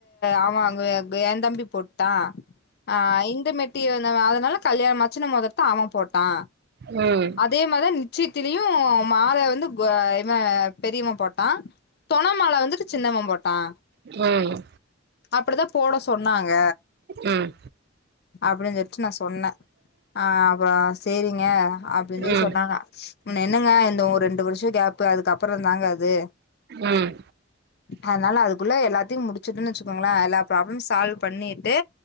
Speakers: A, on the left; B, on the right.
A: அவ அங்க ஏ கு ஏ தம்பி போட்டா ஆ இந்த மெட்டி அதுல அதனால கல்யாணோ மச்சன மேதறத்த அவெ போட்டா
B: ம்
A: அதே மாதிரி நிச்சயத்திலியூ மால வந்து கொ இவெ பெரியவ போட்டா தெணமால வந்துட்டு சின்னவெ போட்டான்
B: இல்லங்க இல்
A: அப்படி தா போட சொன்னாங்க
B: ம்
A: அப்படின் சொல்ட்டு நா சொன்னே அ அப்புறோ செரிங்க அப்படின் சொல்லி
B: ம்
A: சொன்னாங்க ன் என்னங்க இந்த ஒரு ரெண்டு வருஷொ கேப்பு அதுக்கப்புறோ தாங்க அது
B: ம்
A: அதனால அதுக்குள்ள எல்லாத்தையூ முடிச்சுட்டுன்னு வச்சுக்கோங்களே எல்லா ப்ராப்ளம் சால்வ் பண்ணிட்டு